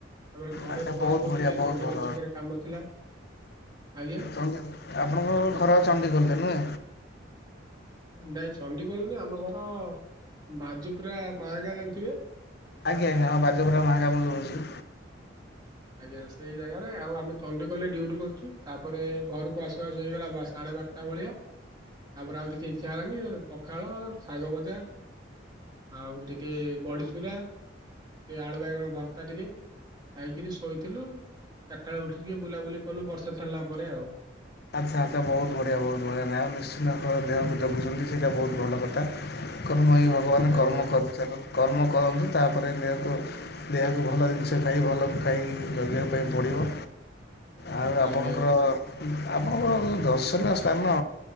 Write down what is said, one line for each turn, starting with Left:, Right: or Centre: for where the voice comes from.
Right: ତାପରେ ଘରେ
Left: ଆଚ୍ଛା
Right: ପହଞ୍ଚୁ-ପହଞ୍ଚୁ
Left: ବହୁତ ବଢ଼ିଆ
Right: ଟିକେ
Left: ବହୁତ
Right: ଚଣ୍ଡୀଖୋଲ୍
Left: ଭଲ।
Right: ଛକରେ କାମ ଥିଲା <unintelligible>
Left: <unintelligible> ଆପଣଙ୍କ ଘର <unintelligible> ନୁହେଁ?
Right: ନାଇଁ ଚଣ୍ଡିଖୋଲ୍ ନୁହେଁ ଆମ ଘର ବାଜୁପୁରା ମାହ ଗାଁ ଜାଣିଥିବେ?
Left: ଆଜ୍ଞା ଆଜ୍ଞା ଆମ ବାଜ ବରାଳ ମହା କାମ ରହୁଛି।
Right: ଆଜ୍ଞା ସେଇ ଜାଗାରେ ଆଉ ଆମେ ଚଣ୍ଡୀଖୋଲ୍ ରେ ଡ୍ୟୁଟି କରୁଛୁ ତାପରେ ଘରକୁ ଆସିବା ଆସ ହେଇଗଲା ବା ସାଢ଼େ ବାରଟା ଟା ଭଳିଆ ତାପରେ ଆଉ କିଛି ଇଚ୍ଛା ହେଲାଣି ପଖାଳ ଶାଗ ବଜା ଆଉ ଟିକେ ବଡିଚୁରା ସେ ଆଳୁ ବାଇଗଣ ଭର୍ତା ଟିକେ ଖାଇକିରି ଶୋ କହିଥିଲୁ ଚାରିଟା ବେଳେ ଉଠି ଟିକେ ବୁଲାବୁଲି କଲୁ ବର୍ଷା ସାରିଲା ପରେ ଆଉ
Left: ଆଚ୍ଛା ଆଚ୍ଛା ବହୁତ ବଢ଼ିଆ ବହୁତ ବଢ଼ିଆ ନାଁ ଆଉ ନିଶ୍ଚିନ୍ତ ଆପଣ ଦେହକୁ ଜଗୁଛନ୍ତି ସେଇଟା ବହୁତ ଭଲ କଥା କର୍ମ ହି ଭଗବାନ
Right: ଆଜ୍ଞା
Left: କର୍ମ କରିଚାଲ କର୍ମ କରନ୍ତୁ ତାପରେ ନିହତ ଦେହକୁ ଭଲ ଜିନିଷ ଖାଇ ଭଲ ଖାଇକି ଜଗେଇିବା ପାଇଁ ପଡ଼ିବ ଆଉ ଆପଣଙ୍କର
Right: ଆଜ୍ଞା
Left: ଆପଣଙ୍କରଉ ଦର୍ଶନୀୟ ସ୍ଥାନ